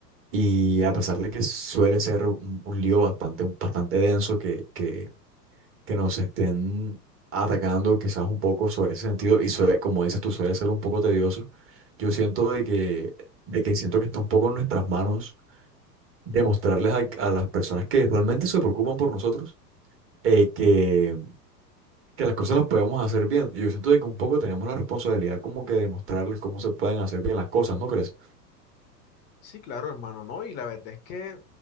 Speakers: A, on the right; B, on the left.
A: y a pesar de que suele ser un, un lío bastante, bastante denso que, que, que nos estén atacando quizás un poco sobre ese sentido y suele- como dices tú suele ser un poco tedioso, yo siento de que, de que siento que está un poco en nuestras manos demostrarles a, a las personas que realmente se preocupan por nosotros eh, que, que las cosas las podemos hacer bien. Yo siento de que un poco tenemos la responsabilidad como que demostrarles cómo se pueden hacer bien las cosas, ¿no crees?
B: Sí, claro, hermano, no. Y la verdad es que,